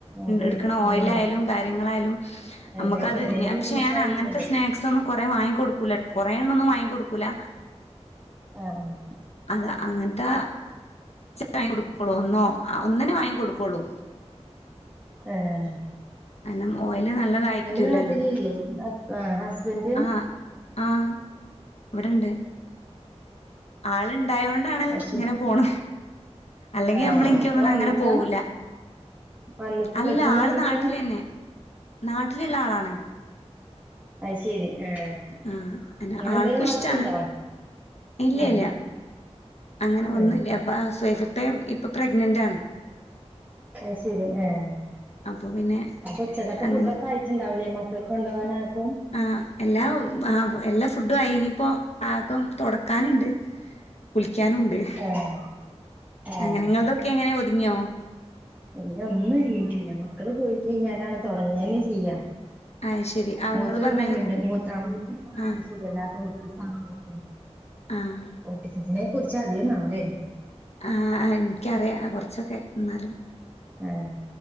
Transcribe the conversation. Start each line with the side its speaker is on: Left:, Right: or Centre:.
Right: അതെ
Left: എടക്കണ
Right: ഉം
Left: ഓയിലായാലും കാര്യങ്ങളായാലും
Right: അതെ
Left: അമ്മക്കത്
Right: എങ്ങനെയൊന്നും
Left: ഞൻ പക്ഷെ
Right: നമുക്കറിയില്ലല്ലോ
Left: അങ്ങനെത്തെ സ്നാക്ക്സ് ഒന്നും ന്നും കുറ വാങ്ങികൊടുക്കൂല കുറെേ എണ്ണം ഒന്നും വാങ്ങി കൊടുക്കൂല
Right: ആഹ് ആഹ്
Left: അതെ അങ്ങനത്തെ വാങ്ങ കൊടുക്കോളൂ ഒന്നോ ഒന്നനെ വാങ്ങി കൊടുക്കോളൂ
Right: ഏഹ്
Left: കണം ഓയില് നല്ലതായിരിക്കൂല്ലല്ലോ
Right: നാട്ടിലില്ലേ ഹസ് ആഹ് ഹസ്ബൻഡ്
Left: ആഹ് ആഹ് ഇവിടെണ്ട് ആൾ ഇണ്ടായത് കൊണ്ടാണ്
Right: അത് ശരി
Left: ഇങ്ങനെ പോണ അല്ലെങ്കി
Right: ആഹ്
Left: നമ്മളെനിക്കൊന്നും
Right: ഇപ്പൊ വന്ന്ക്കാ
Left: അങ്ങനെ പോവൂല്ല
Right: വന്ന്ക്ക്
Left: അല്ല
Right: ഗൾഫ്ന്ന്
Left: ആള്
Right: വന്ന്ക്കാ
Left: നാട്ടിലന്നെ നാട്ടിലുള്ള ആളാണ്
Right: അയ്ശെരി ആഹ്
Left: ആഹ് അല്ല
Right: നിങ്ങളെന്തേലും
Left: ആൾക്കും
Right: വർക്ക്ണ്ടോ
Left: ഇഷ്ടാണ് ഇല്ല
Right: ഏഹ്
Left: ഇല്ല അങ്ങനെ ഒന്നുംല്ല
Right: ഏഹ്
Left: അപ്പ സ്വൈഫ ഇപ്പ ഇപ്പൊ പ്രഗ്നന്റ് ആണ്
Right: അയ്ശരി ഏഹ്
Left: അപ്പൊ പിന്നെ
Right: അപ്പൊ ഉച്ചക്കത്തെ
Left: അങ്ങനെ
Right: ഫുഡൊക്കെ ആയിട്ടുണ്ടാവലേ് മ ഒല്ക്കെ കൊണ്ടോകാനാത്തും
Left: ആഹ് എല്ലാ ആ എല്ലാ ഫുഡും അയിനിപ്പോ ആകം തുടക്കാനുണ്ട് കുളിക്കാനുംണ്ട്
Right: ഏഹ് ഏഹ്
Left: അങ്ങനെ നിങ്ങളതൊക്കെ എങ്ങനെയ ഒതുങ്ങിയോ
Right: അലൊന്നും ഇരിങ്ങീട്ടില്ല മക്കള് പോയി കഴിഞ്ഞാലാണ് തുടങ്ങനെ ചെയ്യ
Left: അയ് ശരി അങ്ങള്
Right: മൂത്തൂരു
Left: പറഞ്ഞതില്
Right: മോനുണ്ട്
Left: കു
Right: മൂത്ത മൂത്തരു മോനുണ്ട്
Left: ആഹ്
Right: സുഖല്ലാത്ത ഓട്ടീസക്ക
Left: ആഹ്
Right: ഓട്ടീസത്തിനെ കുറിച്ച് അറിയുന്നാവെ
Left: ആഹ് എനിക്കറിയാം കുറച്ചൊക്കെ എന്നാലും
Right: ഏഹ്